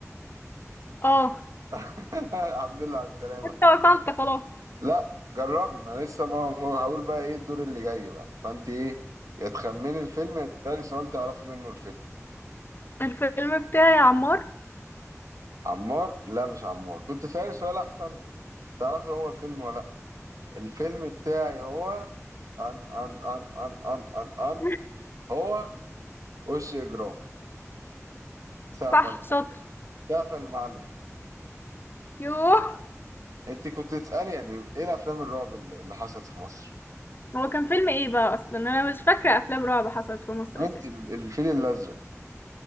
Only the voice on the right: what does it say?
<laughs> الحمد لله على السلامة
لا جربي ما انا لسه ما هو- هقول بقى ايه الدور اللي جاي بقى فانت ايه يا تخمني الفيلم يا تسألي سؤال تعرفي منه الفيلم
عمار لا مش عمار كنت سألي سؤال احسن تعرفي هو الفيلم ولا لا الفيلم بتاعي هو ان ان ان ان ان ان ان
هو وش اجرام سقف
الم-
سقف المعلم
انت كنت تسألي يعني ايه الافلام الرعب اللي اللي حصلت في مصر
انت
الفيل الازرق